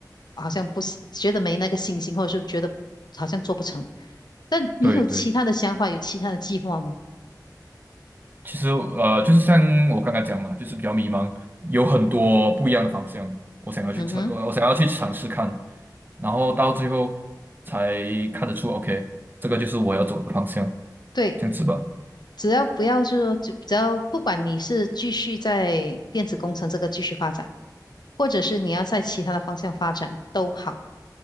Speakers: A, on the left; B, on the right.
A: 好像不是觉得没那个信心，或者是觉得好像做不成。但你有其他的想法，
B: 对对，
A: 有其他的计划吗？
B: 其实呃，就是像我刚刚讲嘛，就是比较迷茫，有很多不一样的方向，我想要去尝，
A: 嗯哼，
B: 我我想要去尝试看，然后到最后才看得出，OK，这个就是我要走的方向，
A: 对，
B: 这样子吧。
A: 只要不要就是说，就只要不管你是继续在电子工程这个继续发展，或者是你要在其他的方向发展都好。